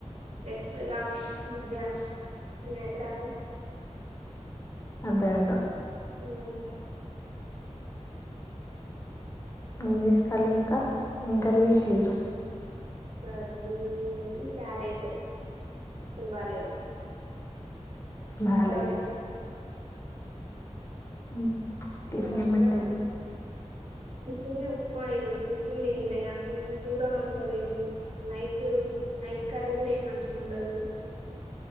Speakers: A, on the right; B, on the left.
A: ఎట్లనో ఇష్టం బుధ ఇష్టం నేనైతే రాసచ్చిన
B: అంతే అంట
A: ఏం కాదు తియ్యి
B: ఏం చేస్తారు ఇంకా ఏం కర్రీ చేసిర్రు ఈరోజు
A: కర్రీ ఏంటిది, క్యారెట్ అస్సలు బాలేదు.
B: బాలే
A: ఎంతా ఆడెస్ వచ్చిన
B: మ్ టిఫిన్
A: హాస్టల్
B: ఏం పెట్టాలు?
A: టిఫిన్ ఉప్మా. ఈ రోజు టిఫిన్ తిన్లే అన్ చూర మంచోలే ఇది నైదు నైట్ కర్రీ కూడ ఏం మంచిగా ఉండదు.